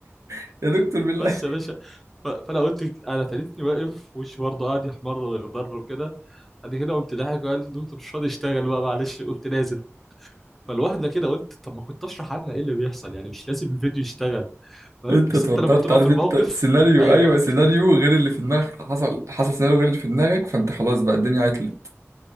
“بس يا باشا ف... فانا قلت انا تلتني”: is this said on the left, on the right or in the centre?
Centre